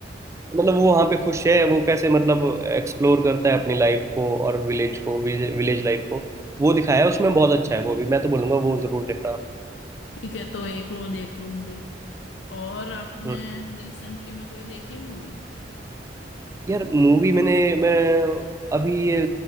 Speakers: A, on the right (about 15°); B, on the left (about 80°).
A: मतलब वो वहां पे खुश है वो कैसे मतलब एक्सप्लोर करता है अपनी लाइफ को और विलेज को विलेज लाइफ को वो दिखाया है उसमें बहुत अच्छा है वो भी मैं तो बोलूंगा वो जरूर देखना आप
B: ठीक है तो एक वो देख लूंगी और आपने
A: हम्म।
B: रिसेंटली में कोई देखी मूवी
A: यार मूवी मैंने मैं अभी ये